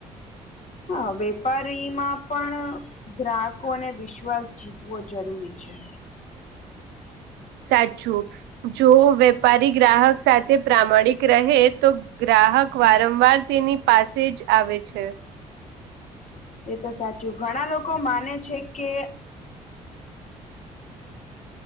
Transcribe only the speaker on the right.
સાચું, જો વેપારી ગ્રાહક સાથે પ્રામાણિક રહે તો. ગ્રાહક વારંવાર તેની પાસે જ આવે છે.